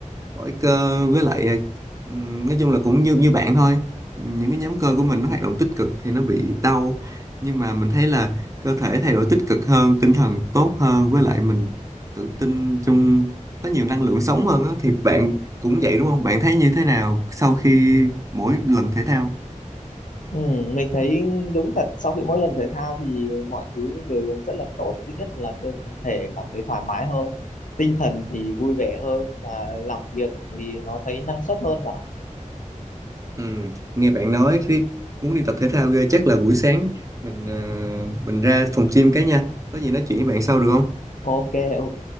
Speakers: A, on the right; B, on the left.
A: Mỗi cơ với lại ừm, nói chung là cũng như như bạn thôi. Những cái nhóm cơ của mình nó hoạt động tích cực thì nó bị đau, nhưng mà mình thấy là cơ thể thay đổi tích cực hơn, tinh thần tốt hơn với lại mình tự tin trong có nhiều năng lượng sống hơn á thì bạn cũng vậy đúng không? Bạn thấy như thế nào sau khi mỗi lần thể thao?
B: Ừ, mình thấy đúng thật sau khi mỗi lần thể thao thì mọi thứ đều rất là tốt thứ nhất là cơ thể cảm thấy thoải mái hơn tinh thần thì vui vẻ hơn và làm việc thì nó thấy năng suất hơn bạn ạ
A: Ừ, nghe bạn nói khi muốn đi tập thể thao ghê chắc là buổi sáng mình ờ, mình ra phòng gym cái nha. Có gì nói chuyện với bạn sau được không?
B: ok ok